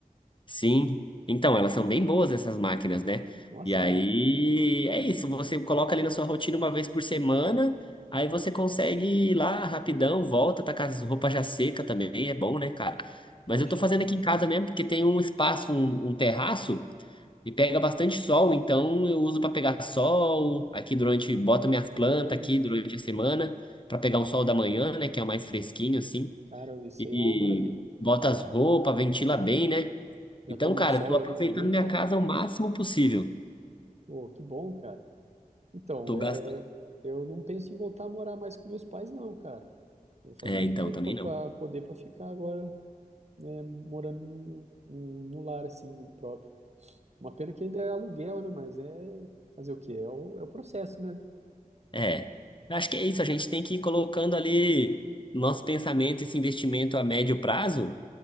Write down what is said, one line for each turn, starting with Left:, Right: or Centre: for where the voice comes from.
Left: Sim. Então, elas são bem boas essas máquinas, né?
Right: Nossa,
Left: E aí é isso, você coloca ali na sua rotina uma vez por semana, aí você consegue ir lá rapidão, volta, tá com as roupas já seca também, é bom, né, cara?
Right: poxa.
Left: Mas eu tô fazendo aqui em casa mesmo, porque tem um espaço, um, um terraço. E pega bastante sol, então eu uso para pegar sol aqui durante, boto minhas plantas
Right: Ô,
Left: aqui durante a semana para pegar o sol da manhã, né, que é o mais fresquinho assim.
Right: cara, isso
Left: E
Right: aí é uma maravilha.
Left: bota as roupas, ventila bem, né?
Right: Já
Left: Então,
Right: toma
Left: cara,
Right: um sol
Left: eu tô aproveitando
Right: ali também,
Left: minha
Right: né?
Left: casa o máximo possível.
Right: Pô, que bom, cara. Então,
Left: Tô
Right: é,
Left: gastando.
Right: eu não penso em voltar a morar mais com meus pais, não, cara. Vou fazer
Left: É,
Right: de
Left: então
Right: tudo
Left: também
Right: para
Left: não.
Right: poder para ficar agora né, morando no, no, no lar, assim, próprio. Uma pena que ainda é aluguel, né? Mas é fazer o quê? É o, é o processo, né?
Left: É. Acho que é isso, a gente tem que ir colocando ali no nosso pensamento esse investimento a médio prazo